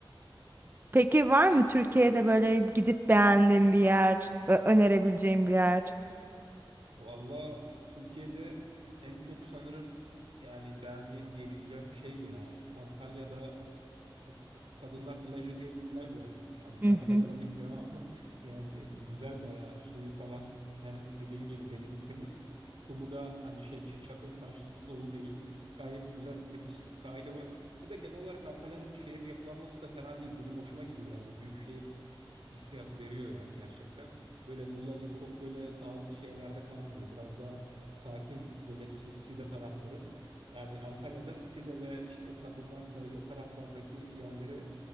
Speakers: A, on the right; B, on the right.
A: Peki var mı Türkiye'de böyle gidip beğendiğin bir yer, ö- önerebileceğin bir yer?
B: Valla Türkiye'de en çok sanırım yani beğendiğim diyebileceğim şey ya Antalya'da Ka- ka- Kadınlar plajı diye bir plaj var. Yani sadece
A: Hı hı.
B: kadınlar gitmiyor ama <laughs> yani güzel bayağı suyu falan hem dediğin gibi denizi temiz. Kumu da hani şey çi- çakıl taşlı dolu değil. Gayet güzel temiz sahili var. Bir de genel olarak Antalya'nın şehir yapılanması da fena değil. Benim hoşuma gidiyor yani. Büyük şehir hissiyatı veriyor yani gerçekten. Böyle Muğla gibi çok böyle dağlık şehirlerde kalmıyor. Biraz daha sakin böyle sisli de tarafları. Yani Antalya'da Side ve işte o Kadınlar Plajı o taraflardaki yerlere